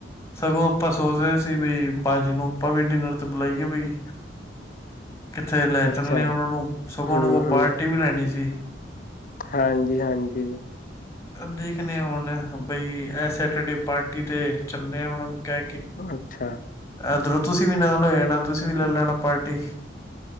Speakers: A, on the left (about 15°); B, on the left (about 45°).
A: ਸਗੋਂ ਆਪਾਂ ਸੋਚ ਰਹੇ ਸੀ ਵੀ ਭਾਜੀ ਨੂੰ ਆਪਾਂ ਵੀ ਡਿਨਰ ਤੇ ਬੁਲਾਈਏ ਵਈ ਕਿੱਥੇ ਲੈ ਚੱਲੇ
B: ਅੱਛਾ
A: ਆ ਉਹਨਾ ਨੂੰ ਸਗੋਂ
B: ਹੂੰ
A: ਉਹ ਕੋ
B: ਹੂੰ
A: ਪਾਰਟੀ ਵੀ ਲੈਣੀ ਸੀ।
B: ਹਾਂਜੀ ਹਾਂਜੀ
A: ਦੇਖਦੇ ਹੁਣ ਬਈ ਇਹ ਸੈਟਰਡੇ ਪਾਰਟੀ ਤੇ ਚੱਲੇ ਆ ਉਹਨਾਂ ਨੂੰ ਕਹਿ ਕੇ,
B: ਅੱਛਾ
A: ਇਧਰੋਂ ਤੁਸੀਂ ਵੀ ਨਾਲ ਹੋ ਜਾਣਾ ਤੁਸੀਂ ਵੀ ਲੈ ਲੈਣਾ ਪਾਰਟੀ